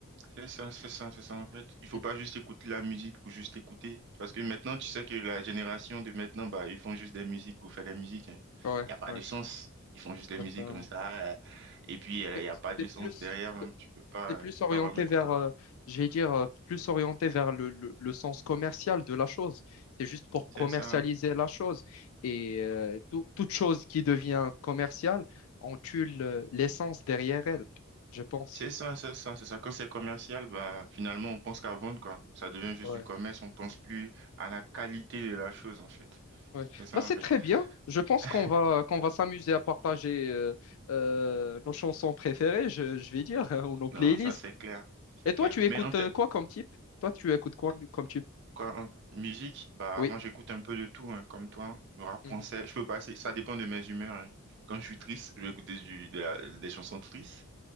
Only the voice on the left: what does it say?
Mm.
Ouais,
ouais,
exactement.
C'est
c'est
plus.
C'est plus
orienté
vers, euh, je vais dire, euh, plus orienté vers le, le- le sens commercial de la chose. C'est juste pour
commercialiser
la chose. Et euh, tout- toute chose qui devient commerciale, on tue le- l'essence derrière elle, je pense.
Ouais,
ouais.
Bah, c'est
très bien. Je pense
qu'on va, qu'on va s'amuser à partager euh, euh, nos chansons préférées, je, je vais dire, hein, ou nos playlists.
Et toi,
tu écoutes
euh, quoi comme type? Toi, tu écoutes quoi comme type?
Oui.
Mhm.